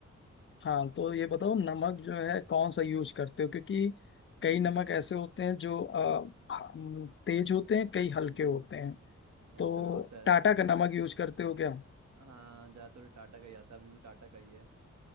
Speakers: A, on the left; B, on the right.
A: हाँ तो ये बताओ नमक जो है कौन सा यूज करते हो क्योंकि
B: हम्म
A: कई नमक ऐसे होते हैं जो अ, हम, तेज होते हैं कई हल्के
B: हम्म
A: होते हैं तो
B: ऐसा भी होता
A: टाटा
B: है
A: का नमक यूज करते हो क्या
B: हाँ ज्यादातर तो टाटा का ही आता है अभी भी टाटा का ही